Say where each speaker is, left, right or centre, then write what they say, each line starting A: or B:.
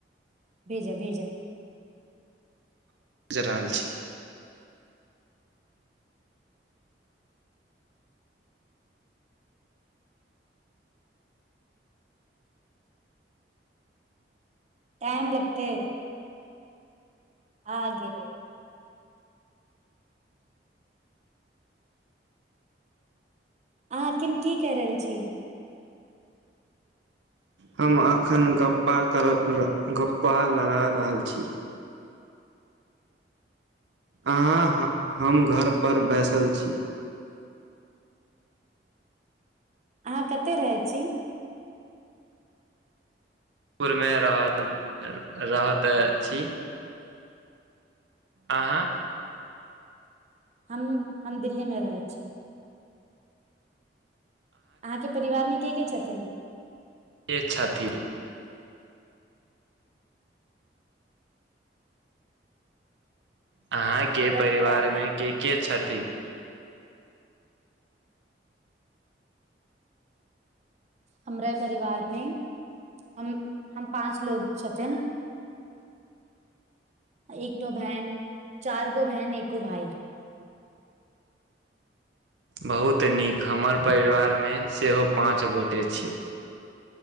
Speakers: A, on the right (about 40°); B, on the right (about 80°).
A: भेजा भेजा
B: ज रहल छी
A: टाइम लगतेै आ गेलै अहाँ एखिन की कय रहल छी
B: हम एखन गप्पा कर गप्पा लड़ा रहल छी अहाँ हम घरपर बैसल छी
A: अहाँ कते रहैत छी
B: पुरमे रहल रहैत छी अहाँ
A: हम हम दिल्ली मे रहैत छी। अहाँके परिवार मे के के छथिन
B: ए छथी अहाँके
A: हमरा
B: परिवारमे
A: परिवार मे
B: के के छथि
A: हमरा परिवार मे हम हम पाँच लोग छथिन एकठो बहन चार गो बहन एको भाइ
B: बहुत नीक हमर परिवारमे सेहो पाँच गोटे छी